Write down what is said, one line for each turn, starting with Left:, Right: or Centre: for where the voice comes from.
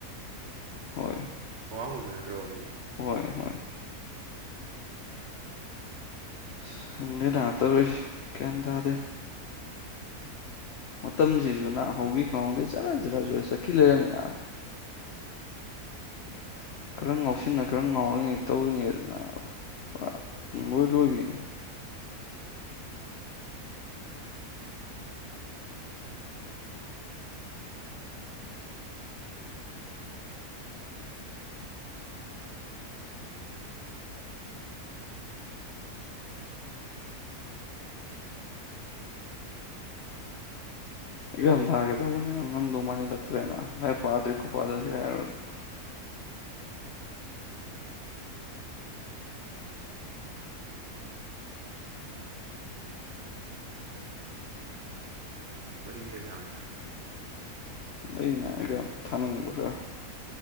Left: ꯍꯣꯏ
Right: ꯑꯋꯥꯡꯕꯗꯨ ꯅꯠꯇ꯭ꯔꯣ ꯃꯤ
Left: ꯍꯣꯏ ꯍꯣꯏ ꯑꯁ ꯈꯪꯗꯦꯗ ꯇꯧꯔꯤꯁꯦ ꯒ꯭ꯌꯥꯟ ꯇꯥꯗꯦ ꯃꯇꯝꯁꯤꯁꯨꯅ ꯍꯧꯈꯤ ꯈꯪꯍꯧꯗꯦ ꯖꯔ ꯖꯔ ꯖꯔ ꯆꯛꯈꯤ ꯂꯩꯔꯝꯃꯤꯅ
Right: <inaudible>
Left: ꯈꯔꯪ ꯉꯥꯎꯁꯤꯟꯅ ꯈꯔ ꯉꯥꯎꯔꯤꯉꯩ ꯇꯧꯔꯤꯉꯩꯗ ꯅꯥꯕ ꯄꯨꯔꯥ ꯄꯨꯡꯂꯣꯏ ꯂꯣꯏꯒꯤꯔꯅꯦ ꯑꯛꯖꯥꯝ ꯊꯥꯒꯦ ꯇꯧꯕꯅꯤ ꯉ ꯉꯝꯗꯩ ꯃꯟꯖꯤꯟ ꯂꯛꯇ꯭ꯔꯦꯅ ꯂꯥꯔꯤꯛ ꯄꯗ꯭ꯔꯤ ꯈꯣ ꯄꯗ꯭ꯔꯁꯤꯒ ꯍꯥꯢꯔꯗꯤ <unintelligible>
Right: ꯀꯔꯤ ꯑꯦꯛꯖꯥꯝ
Left: ꯂꯩꯅꯦ ꯑꯩꯒ ꯊꯥꯅꯤꯡꯕ ꯈꯔ